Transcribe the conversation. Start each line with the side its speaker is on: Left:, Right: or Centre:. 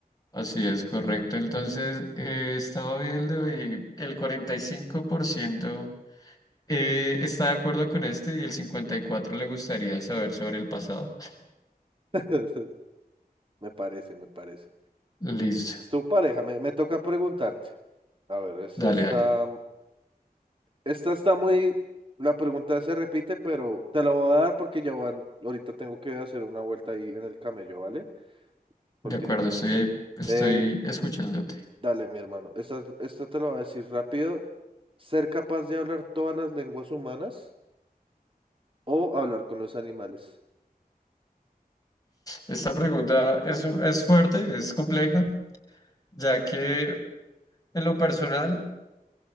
Left: así es, correcto. Entonces eh, estaba viendo y el 45%. Eh, está de acuerdo con este y el 54 le gustaría saber sobre el pasado.
Right: <laughs> Me parece, me parece.
Left: Listo.
Right: Es tu pareja, me, me toca preguntarte. A ver, esta
Left: Dale,
Right: está.
Left: dale.
Right: Esta está muy... La pregunta se repite, pero te la voy a dar porque ya van... Ahorita tengo que hacer una vuelta ahí en el camello, ¿vale? Porque
Left: De acuerdo,
Right: ya me...
Left: estoy
Right: te-
Left: ahí, estoy
Right: Eh,
Left: escuchándote.
Right: dale, mi hermano. Esta, esta te la voy a decir rápido. ¿Ser capaz de hablar todas las lenguas humanas o hablar con los animales?
Left: Esta pregunta es, es fuerte, es compleja, ya que en lo personal